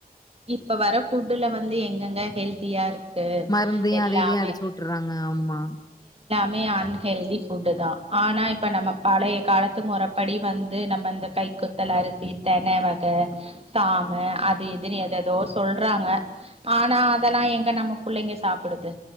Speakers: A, on the right; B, on the left.
A: இப்ப வர ஃபுட்டுல வந்து எங்கங்க ஹெல்தியா இருக்கு
B: மருந்தையும்
A: எல்லாமே
B: அது இதையும் அடிச்சு உட்டுறாங்க ஆமா
A: மே அன்ஹெல்தி ஃபுட்டு தான் ஆனா இப்ப நம்ம பழைய காலத்து முறபடி வந்து நம்ம இந்த கை குத்தல் அரிசி தென வக சாம் ஹ அது இதுன்னு எத் தோ சொல்றாங்க ஆனா அதெல்லாம் எங்க நம்ம புள்ளைங்க சாப்பிடுது